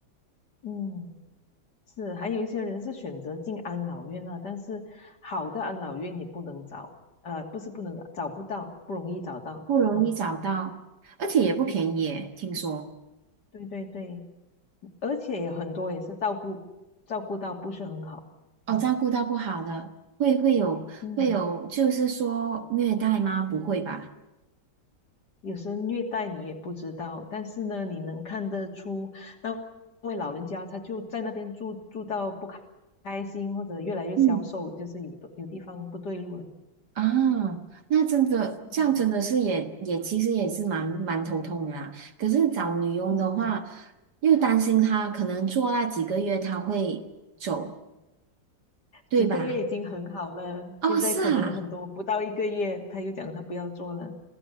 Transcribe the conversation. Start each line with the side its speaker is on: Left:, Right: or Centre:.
Left: 嗯，是，还有一些人是选择进安老院啊，但是好的安老院也不能找，呃，不是不能找，找不到，不容易找到，
Right: 不容易找到，
Left: 嗯
Right: 而且也不便宜耶，
Left: 嗯。
Right: 听说。
Left: 对对对，而且有很多也是照顾照顾到不是很好，
Right: 哦，
Left: 嗯
Right: 照顾到不好的，会会有会有，
Left: 嗯，
Right: 就是说虐待吗？不会吧？
Left: 有时虐待你也不知道，但是呢，你能看得出那位老人家他就在那边住住到不开开心，或者越来越消瘦，
Right: 嗯，
Left: 就是有的有地方不对路了。
Right: 啊，那真的这样真的是也也其实也是蛮蛮头痛的啦。
Left: 嗯
Right: 可是找女佣的话，
Left: 嗯，
Right: 又担心她可能做那几个月她会走，对吧？
Left: 几个月已经很好了，
Right: 哦，
Left: 现在可能很多不到一个月他就讲他不要做了。
Right: 是啊，